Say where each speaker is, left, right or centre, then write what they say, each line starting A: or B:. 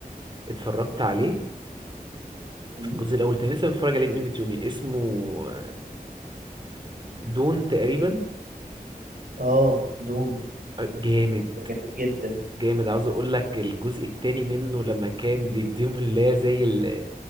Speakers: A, on the right; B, on the right.
A: اتفرجت عليه
B: مم؟
A: الجزء الاول تاني لسه متفرج عليه من قيمه يومين اسمه دون تقريبا
B: اه دون
A: آه، جامد
B: ده جامد جدا
A: جامد عاوز اقول لك الجزء التاني منه لما كان بيديهم اللي هي زي ال-